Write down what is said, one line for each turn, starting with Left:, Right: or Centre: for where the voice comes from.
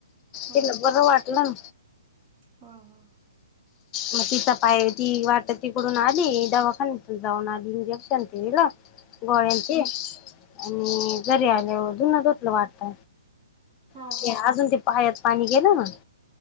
Right: हा
Left: तिला बरं वाटलंना
Right: हा हा.
Left: मग तिचा पाय ती वाटत तिकडून आली. दवाखान्यातुन जाऊन आली इंजेक्शन केल, गोळयांची आणि जरी आल्यावर धुन धुतल वाटत.
Right: हा
Left: ते
Right: हा
Left: आजून ते पायात पाणी गेलं ना.